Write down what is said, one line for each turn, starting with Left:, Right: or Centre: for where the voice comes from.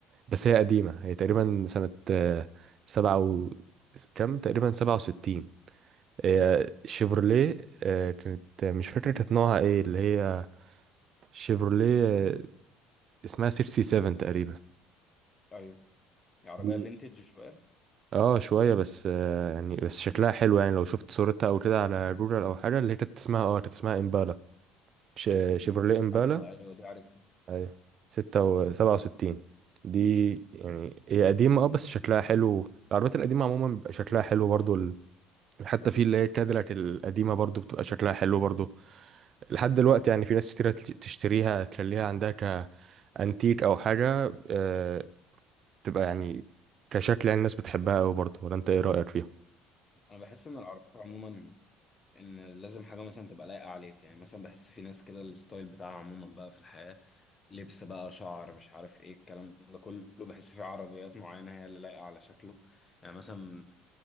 Right: بس هي قديمة هي تقريبا سنة آه، سبعة و كام تقريبا سبعة وستين هي شيفروليه
Left: مم.
Right: آه، كانت آه، مش فاكرة كانت نوعها ايه اللي هي شيفروليه آه، اسمها سيكسي سيفن تقريبا
Left: ايوه هي عربية
Right: دي
Left: فينتج شوية
Right: اه شوية بس آه، يعني بس شكلها حلو يعني لو شفت صورتها او كده على جوجل او حاجة اللي هي كانت اسمها اه كانت اسمها امبالا ش- شيفروليه
Left: مم.
Right: امبالا
Left: عارفها ايوه دي عارفها
Right: ايوه ستة وسبعة وستين دي يعني هي قديمة اه بس شكلها حلو العربيات القديمة عموما بيبقى شكلها حلو برضو ال... حتى في اللي هي كاديلاك القديمة برضو بتبقى شكلها حلو برضو لحد دلوقتي
Left: مم.
Right: يعني في ناس كتيرة تل- تشتريها تخليها عندها كأنتيك او حاجة آه، تبقى يعني كشكل يعني الناس بتحبها اوي برضو ولا انت ايه رأيك فيها؟
Left: انا بحس ان العربيات عموما ان لازم حاجه مثلا تبقى لايقه عليك يعني مثلا بحس في ناس كده الستايل بتاعها عموما بقى في الحياه لبس بقى شعر مش عارف ايه الكلام ده كله بحس في عربيات معينه هي اللي لايقه على شكله يعني مثلا